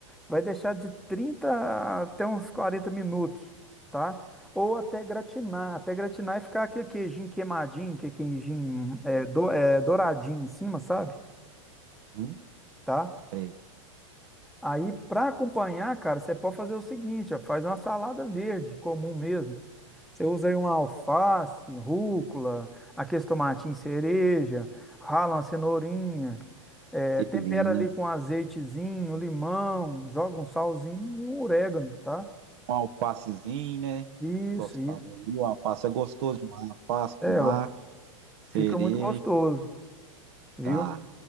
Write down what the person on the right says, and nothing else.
Hum,
sei,
beleza.
um alfacezinho, né?
Igual você
falou aí, o alface é gostoso demais. Alface,
tomate,
cereja,
tá.